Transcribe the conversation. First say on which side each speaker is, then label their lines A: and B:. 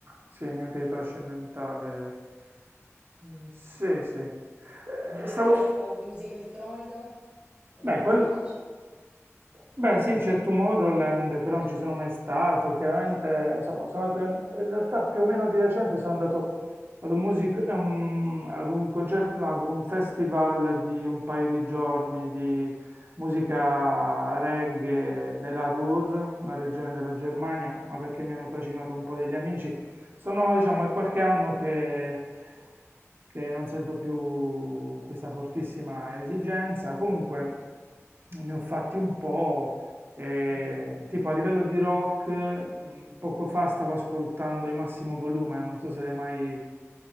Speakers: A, on the right (about 45°); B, on the right (about 20°).
A: sì, niente di trascendentale. Mm, Sì, sì. Eh,
B: È un bel
A: stavo...
B: festival di musica elettronica, dato
A: Beh,
B: che
A: quel...
B: ti piace?
A: Beh, sì, c'è Tomorrowland, però
B: Eh,
A: non ci sono mai stato. Chiaramente, insomma, sono andato in, in realtà più o meno di recente sono andato ad un, music- ehm, ad un concerto, no, ad un festival di un paio di giorni di musica reggae nella Ruhr,
B: ok,
A: una regione della Germania, ma perché mi hanno trascinato un po' degli amici. Sono, diciamo, è qualche anno che, che non sento più questa fortissima esigenza. Comunque ne ho fatti un po'. e,
B: ok.
A: tipo a livello di rock, mh, poco fa stavo ascoltando i Massimo Volume, non so se l'hai mai